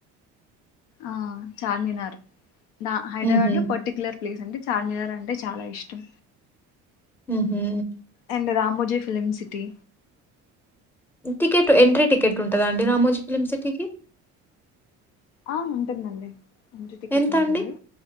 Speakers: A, on the left; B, in the centre.
A: ఆ చార్మినార్ నా హైదరాబాద్
B: ఉహూ
A: లో పట్ పర్టికలర్ ప్లేస్ అంటే చార్మినార్ అంటే చాలా ఇష్టం
B: ఉహు
A: and Ramoji film city
B: ticket entry ticket ఉంటుంద అండి రామోజీ ఫిలిమ్ సిటీకి
A: ఆ ఉంటుందండి ఎంట్రీ టికెట్
B: ఎంత
A: ఉంటుంది
B: అండి?